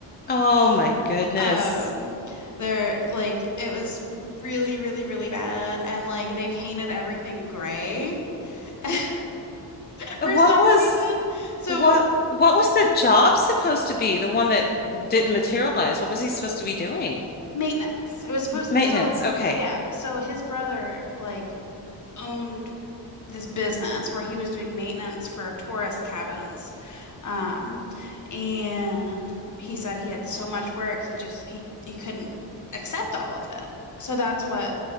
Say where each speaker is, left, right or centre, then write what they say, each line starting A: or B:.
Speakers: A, on the left (about 25°); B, on the left (about 45°).
A: Oh my goodness.
B: <laughs> um, there like it was really, really, really bad, and like they painted everything gray. <laughs>
A: Uh,
B: For
A: What
B: some
A: was
B: reason. So
A: what what was the job supposed to be? The one that didn't materialize. What was he supposed to be doing?
B: Maintenance. It was supposed
A: Maintenance.
B: so
A: Okay.
B: yeah, so his brother like owned this business where he was doing maintenance for tourist cabins. Um, and he said he had so much work, he just he he couldn't accept all of it. So that's what